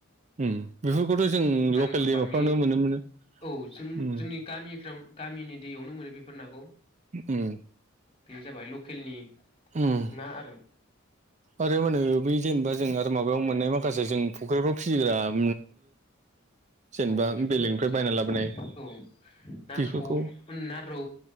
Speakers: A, on the right; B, on the left.
A: उम बेफोरखौथ' जों
B: नांदरबामि
A: लकेल दैमाफ्रावनो मोनो मोनो
B: औ जों
A: उम
B: जोंनि गामिफ्राव गामिनि दैयावनो मोनो बेफोर नाखौ
A: उम
B: बे जाबाय लकेलनि
A: उम
B: ना आरो
A: आरो मा होनो बै जेनेबा जों आरो माबायाव मोननाय माखासे जों फ'ख्रिफ्राव फिसिग्रा <inaudible> जेनेबा
B: औ बेफोरो
A: बेलेगनिफ्राय
B: जाहैबाय
A: बायना लाबोनाय
B: औ ना
A: बेफोरखौ
B: सल ना रौ